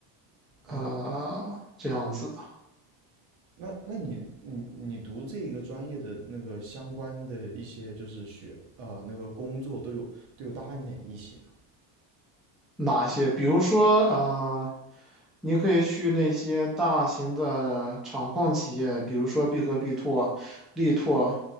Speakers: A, on the right; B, in the centre.
A: 哦，
B: 呃，这样子的。
A: 那那你你你读这一个专业的那个相关的一些就是学啊、呃那个工作都有都有大概哪一些啊？
B: 哪些？比如说，呃，你可以去那些大型的厂矿企业，比如说必和必拓、力拓，